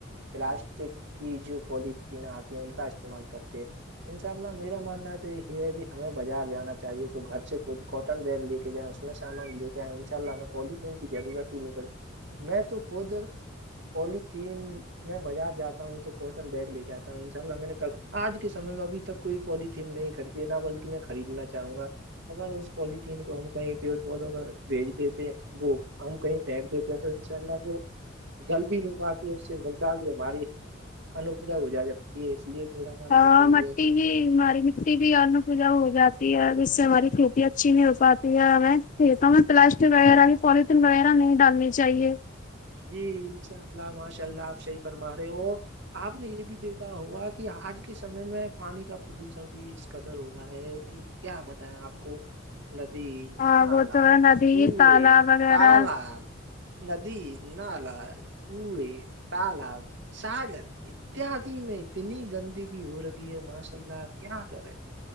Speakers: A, on the right (about 65°); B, on the left (about 40°).
A: پلاسٹک کی جو پولیتھیین آتی ہے ان کا استعمال کرتے ہیں انشاء اللہ میرا ماننا تو یہی ہے کہ ہمیں بازار جانا چاہیے تو گھر سے خود کوٹن بیگ لے کے ج اس میں سامان لے کے آ ان شاء اللہ ہم پوالیتھیین کی ضرورت ہی نہیں پڑی میں تو خود پلیتھیین میں بازار جاتا ہوں تو کوٹن بیگ لے کے آا ہوں انشاء اللہ میں نے کل آج کے سم میں ابھی تک کوئی پولیتھین نہیں خرید ہے نہ بلکہ میں خریدنا چاہوں گا اگر اس پوالیتھیین کو ہم کہیں پیڑ پودوں گے بھیج دیتے وہ ہم کہیں پھیر دیتے تو انشاء اللہ وہ گل بھی نہیں پاتی اس سے مرگا بھی ہماری انپجا ہو جا جکتی ہے اس لیے میرا ماننا
B: ہاں
A: چاہیے
B: مٹی
A: کہ
B: بھی ہماری مٹی بھی ان پوجا ہو جاتی ہے ج سے ہماری کھیتی اچھی نہیں ہو پاتی میں کھیتوںیں پلاسٹک وغیرہ یا پوالتھیین وغیرہ نہیں ڈالنی چاہیے
A: جی انشاء اللہ ماشاء اللہ آپ شی فرما رہے ہو آپ نے یہ بھی دیکھا ہوگا کہ آج کے سمے میں پانی کا پردوشن بھی اس قدر ہو رہا ہے کہ کیا بتیں آپ کو ندی
B: ہاں
A: نالب
B: وہ تو ندی
A: کو
B: تالاب وغیرہ
A: تالاب ندی نالاب کوور تالاب ساگرر اتدی میں اتنی گندگی ہو رہگی ہے ماشاء اللہ کیا کرے